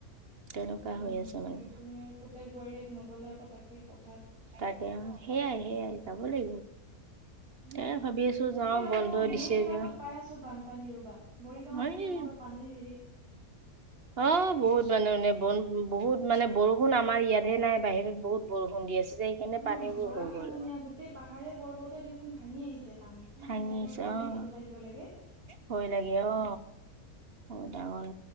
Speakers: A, on the right; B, on the right.
A: তেনেকুৱা
B: উম
A: হৈ আছে মানে
B: সেই তুমি পুতেক বোৱাৰীয়েক নগ'লে আকৌ তাকে ক
A: তাকে সেইয়াই সেইয়াই যাব লাগিব। এ ভাবি আছো যাওঁ
B: এতিয়া আৰু
A: বন্ধ
B: নিউজ
A: দিছে
B: বিলাকত
A: যে
B: পাই আছো বানপানী ৰবা। মৰিগাঁও
A: হয়
B: ফালেও কিবা পানীৰ হেৰিত
A: অ' বহুত বানপানী বন বহুত মানে বৰষুণ আমাৰ ইয়াতহে নাই বাহিৰত বহুত বৰষুণ দি আছে। সেইকাৰণে
B: উম
A: পানীবোৰ
B: গৰা
A: হৈ
B: খাহনীয়া
A: গ'ল
B: গোটেই পাহাৰে পৰ্বতে দেখোন ভাঙি আহিছে। পানী কি
A: ভাঙি
B: ডিজাইনৰ
A: আছে
B: পানী দেখিলে
A: অ
B: ভয় লাগে।
A: ভয় লাগে অ' অ', ডাঙৰ